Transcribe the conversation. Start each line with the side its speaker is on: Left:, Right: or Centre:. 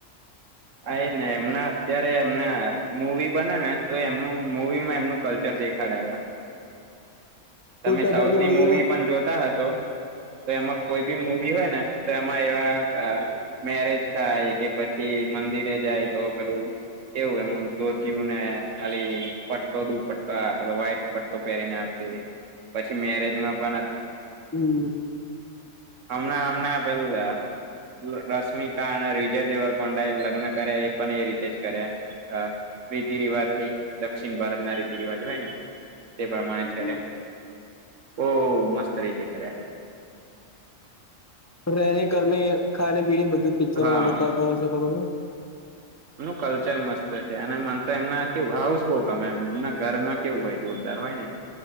Right: આ એ ને એમના અત્યારે એમને મવી બને ને તો એમનું મવીમાં એમનું કલ્ચર દેખાડ્યા તમે
Left: મોટા
Right: સાઉથની
Left: ભાગે અને
Right: મુવી પણ જોતા હશો તો એમાં કોઈ બી મુવી હોય ને તો એમાં એવા મેરેજ થાય કે પછી મંદિરે જાય તો પેલું કેવું એમનું જોતિયું ને ખાલી પટ્ટો દુ પટ્ટો પેલો વ્હાઈટ પટ્ટો પહેરીને આવશે પછી મેરેજમાં પણ
Left: હમ
Right: હમણાં હમણાં પેલા રશ્મિકા અને વિજય દેવર કોંડા એ લગ્ન કર્યા એ પણ એ રીતે જ કર્યા રીતિ રિવાજ થી દક્ષિણ ભારત ના રીતિ રિવાજ હોય ને તે પ્રમાણે
Left: બરાબર
Right: જ કરે ઓ મસ્ત રીતે કર્યા
Left: રહેને કર ખાને પીને બધ પિક્ચરોમાં
Right: હા
Left: બતાવતા હોય છે એ લોકોને
Right: એમનું કલ્ચર મસ્ત છે અને મને તો એમના કેવું હાઉસ બો ગમે એમ એમના ઘરમાં કેવું હોય જોરદાર હોય ને